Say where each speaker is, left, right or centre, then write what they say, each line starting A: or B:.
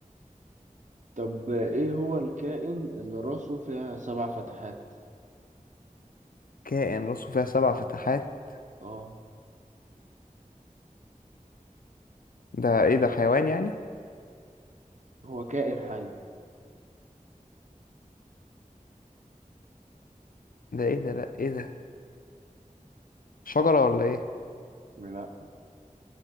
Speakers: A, on the right (about 60°); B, on the left (about 90°).
A: طب ايه هو الكائن اللي راسه فيها سبع فتحات
B: كائن راسه فيها سبع فتحات
A: اه
B: ده ايه ده حيوان يعني
A: هو كائن حي
B: ده ايه ده لا ايه ده شجرة ولا ايه
A: لا